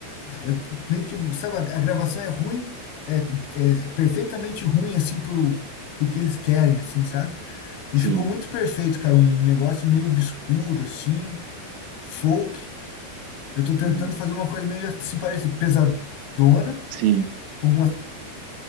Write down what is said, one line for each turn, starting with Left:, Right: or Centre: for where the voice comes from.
Left: É meio que, sabe, a a gravação é ruim, é, é perfeitamente ruim assim pro, pro que eles querem, assim, sabe?
Right: sim.
Left: E ficou muito perfeito, cara, um negócio meio obscuro assim, folk. Eu tô tentando
Right: Uhum,
Left: fazer uma coisa meio assim, parece pesadona,
Right: Sim.
Left: com algumas